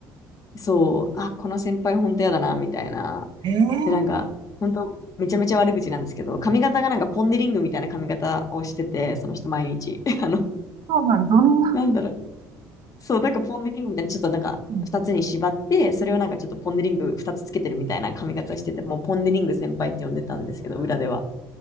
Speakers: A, on the left (about 40°); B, on the right (about 50°).
A: そう、あ、この先輩本当やだな、みたいな。
B: ええー、
A: で、なんか、本当めちゃめちゃ悪口なんですけど、髪型がなんかポンデリングみたいな髪型をしてて、その人毎日。<laughs> あの、
B: そうなん、どんな、
A: なんだろう。そう、なんかポンデリングみたいな、ちょっとなんか、
B: うん
A: 二つに縛って、それをなんかちょっとポンデリング二つつけてるみたいな髪型をしてて、もうポンデリング先輩って呼んでたんですけど、裏では。